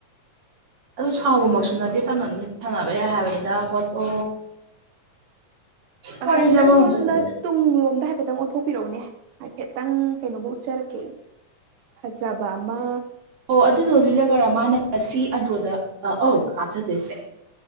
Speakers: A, on the right; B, on the right.
A: ꯑꯗꯨ ꯁꯥꯎꯕꯃꯛꯁꯨ ꯅꯠꯇꯦ ꯇꯞꯅ ꯑꯗꯨꯝ ꯁꯥꯟꯅꯕ ꯌꯥꯏ ꯍꯥꯏꯕꯅꯤꯗ ꯄꯣꯠꯇꯣ ꯋꯥꯔꯤꯁꯦ
B: ꯍꯥꯏꯐꯦꯠꯇꯪ
A: ꯑꯃꯔꯣꯝ
B: ꯁꯣꯝꯗ
A: ꯆꯠꯈꯤꯗꯣꯔꯦ
B: ꯇꯨꯡꯂꯣꯝꯗ ꯍꯥꯏꯐꯦꯠꯇꯪ ꯑꯣꯟꯊꯣꯛꯄꯤꯔꯛꯎꯅꯦ ꯍꯥꯏꯐꯦꯠꯇꯪ ꯀꯩꯅꯣꯝꯃ ꯎꯠꯆꯔꯛꯀꯦ ꯑꯩ ꯐꯖꯕ ꯑꯃ
A: ꯑꯣ ꯑꯗꯨꯗꯣ ꯂꯤꯠꯂꯒꯔꯥ ꯃꯥꯅ ꯉꯁꯤ ꯑꯟꯗ꯭ꯔꯣꯗ ꯑꯧ ꯀꯥꯞꯊꯗꯣꯏꯁꯦ